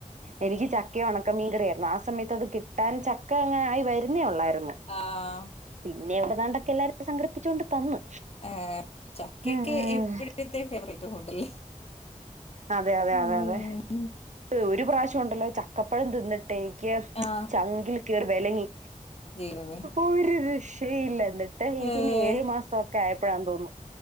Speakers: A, on the right; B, on the left.
A: എനിക്ക് ചക്ക ഒണ ക്ക മീൻകറി ആര്ന്നു ആ സമയത്ത് അത് കിട്ടാൻ ചക്ക അങ്ങനായി വര്ന്നേ ഒള്ളായിര്ന്നു
B: ആഹ
A: പിന്നെ എവ്ട്ന്നാണ്ടക്കെ എല്ലാരും സംഘടിപ്പിച്ച് കൊണ്ട് തന്ന്
B: ഏഹ ചക്കയൊക്കെ
A: ഉം
B: എപ്പഴ്ത്തെ ഫേവറൈറ്റ് ഫുഡല്ലേ
A: അതെ അതെ
B: ഉം.
A: അതെ അതെ ഒര് പ്രാവശ്യം ഉണ്ടല്ലോ ചക്കപ്പഴം തിന്ന്ട്ടേ ക്ക്യ
B: ആ
A: ചങ്കിൽ കേറി വേലങ്ങി
B: ദൈവമേ!
A: ഒര് രക്ഷയില്ലര്ന്ന് ത്ത എനിക്കൊന്ന്
B: ഏഹ്
A: ഏഴ് മാസഒക്കെ ആയപ്പഴാന്ന് തോന്ന്ന്നു